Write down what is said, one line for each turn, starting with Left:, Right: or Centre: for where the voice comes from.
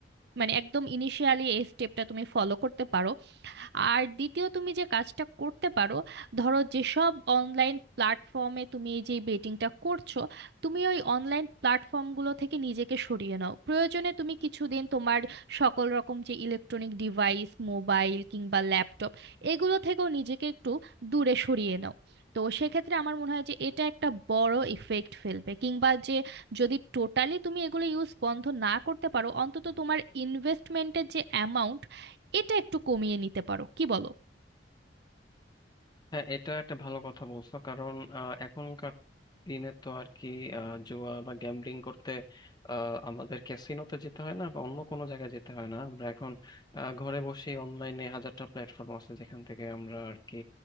Right: মানে একদম ইনিশিয়ালি এই স্টেপটা তুমি ফলো করতে পারো আর দ্বিতীয় তুমি যে কাজটা করতে পারো ধরো যেসব অনলাইন প্ল্যাটফর্মে তুমি এই যে বেটিংটা করছো তুমি ওই অনলাইন প্ল্যাটফর্মগুলো থেকে নিজেকে সরিয়ে নাও প্রয়োজনে তুমি কিছুদিন তোমার সকল রকম যে ইলেকট্রনিক ডিভাইস মোবাইল কিংবা ল্যাপটপ এগুলো থেকেও নিজেকে একটু দূরে সরিয়ে নাও তো সেক্ষেত্রে আমার মনে হয় যে এটা একটা বড় ইফেক্ট ফেলবে কিংবা যে যদি টোটালি তুমি এগুলো ইউজ বন্ধ না করতে পারো অন্তত তোমার ইনভেস্টমেন্টের যে অ্যামাউন্ট এটা একটু কমিয়ে নিতে পারো কি বলো
Left: হ্যাঁ এটা একটা ভালো কথা বলছো কারণ আহ, এখনকার দিনে তো আর কি আহ, জুয়া বা গ্যাম্বলিং করতে আহ, আমাদের ক্যাসিনোতে যেতে হয় না বা অন্য কোনো জায়গায় যেতে হয় না আমরা এখন আহ, ঘরে বসে অনলাইনে হাজারটা প্ল্যাটফর্ম আছে যেখান থেকে আমরা আর কি